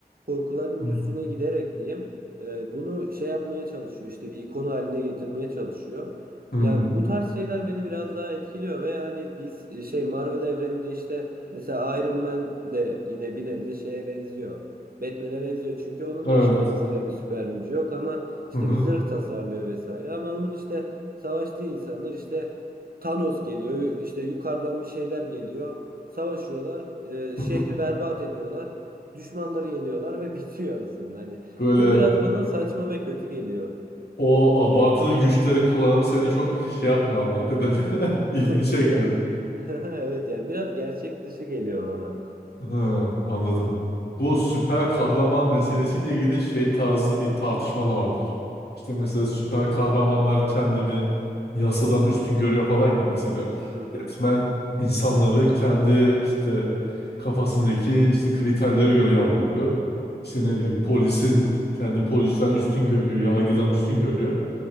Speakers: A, on the right; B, on the left.
A: korkularının
B: Hı
A: üstüne giderek diyeyim e, bunu şey yapmaya çalışıyor işte bir ikon haline getirmeye çalışıyor.
B: hı.
A: Yani bu tarz şeyler beni biraz daha etkiliyor ve hani DC, şey Marvel evreninde işte mesela Iron Man de yine bir nebze şeye benziyor. Batman'e benziyor çünkü onun
B: Evet.
A: da işte ekstra bir süper gücü yok ama işte
B: Hı hı.
A: bir zırh tasarlıyor vesaire. Ama onun işte savaştığı insanlar işte Thanos geliyor, yu- işte yukarıdan bir şeyler geliyor. Savaşıyorlar, e,
B: Hı
A: şehri
B: hı.
A: berbat ediyorlar, düşmanları yeniyorlar ve <laughs> bitiyor aslında. Hani
B: Böyle
A: bu biraz bana saçma ve kötü geliyor.
B: o abartılı güçlerin kullanımı seni çok şey yapmıyor anladığım kadarıyla. <laughs> İlgini
A: <laughs>
B: çekmiyor.
A: Yani <laughs> evet yani biraz gerçek dışı geliyor bana.
B: Ha, anladım. Bu süper kahraman meselesiyle ilgili şey tarzı bir tartışma da vardır. İşte mesela süper kahramanlar kendini yasadan üstün görüyor falan ya. Mesela
A: Hı hı
B: Batman insanları kendi işte kafasındaki işte kriterlere göre yargılıyor. İşte
A: hı
B: ne
A: hı.
B: bileyim polisin kendi polisten üstün görüyor, yargıdan üstün görüyor.